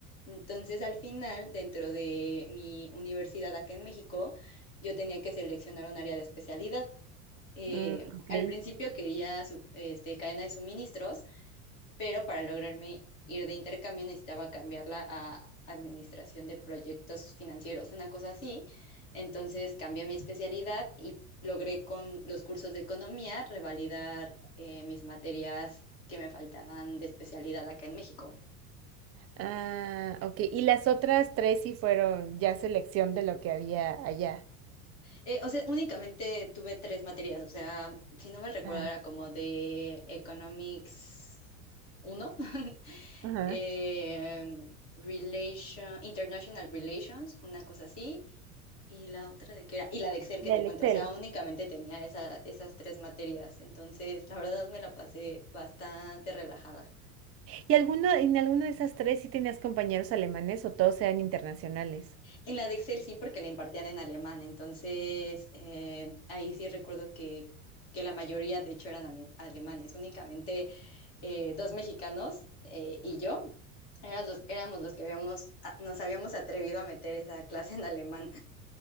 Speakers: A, on the left; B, on the right.
A: Entonces, al final, dentro de mi universidad acá en México, yo tenía que seleccionar un área de especialidad. Eh,
B: mm, ok.
A: al principio quería su- este, cadena de suministros, pero para lograrme ir de intercambio necesitaba cambiarla a administración de proyectos financieros, una cosa así. Entonces cambié mi especialidad y logré con los cursos de economía revalidar eh, mis materias que me faltaban de especialidad acá en México.
B: Ah, ok, y las otras tres sí fueron ya selección de lo que había allá.
A: Eh, o sea, únicamente tuve tres materias, o sea, si no mal recuerdo,
B: Ah,
A: era como de Economics uno <laughs>
B: ajá.
A: eh, Relation, International Relations, una cosa así, Y la otra de qué era, y la de Excel
B: Del
A: que te cuento,
B: Excel.
A: o sea, únicamente tenía esa, esas tres materias, entonces la verdad me la pasé bastante relajada.
B: ¿Y alguno, en alguna de esas tres sí tenías compañeros alemanes o todos eran internacionales?
A: En la de Excel sí, porque la impartían en alemán, entonces eh, ahí sí recuerdo que, que la mayoría de hecho eran ale- alemanes, únicamente eh, dos mexicanos eh, y yo, éramos los, éramos los que habíamos, a- nos habíamos atrevido a meter esa clase en alemán.